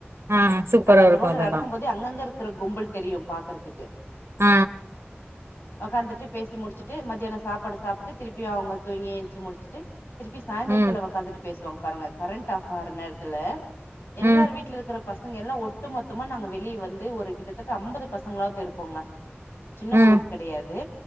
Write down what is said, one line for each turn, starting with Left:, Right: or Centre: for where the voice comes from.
Right: ஆ சூப்பரா
Left: அது அந்த
Right: இருக்கு
Left: ரோடுல
Right: அதெல்லா
Left: நடக்கும் போதே அங்கங்க இருக் இருக்கிற கும்பல் தெரியும் பாக்கறதுக்கு
Right: ஆ
Left: உக்காந்துட்டு பேசி முடிச்சிட்டு மத்தியானம் சாப்பாடு சாப்பிட்டு திருப்பியும் அவங்க தூங்கி எச்சி முடிச்சிட்டு திருப்பி சாய்ந்திரத்துல
Right: ம்
Left: உக்காந்துட்டு பேசுவாங்க பாருங்க கரண்ட் ஆஃப் ஆகற நேரத்துல எல்லாரு
Right: ம்
Left: வீட்ல இருக்கற பசங்க எல்லா ஒட்டு மொத்தமா நாங்க வெளிய வந்து ஒரு கிட்டத்தட்ட அம்பது பசங்களாவது இருப்போங்க சின்ன
Right: ம்
Left: குரூப் கிடையாது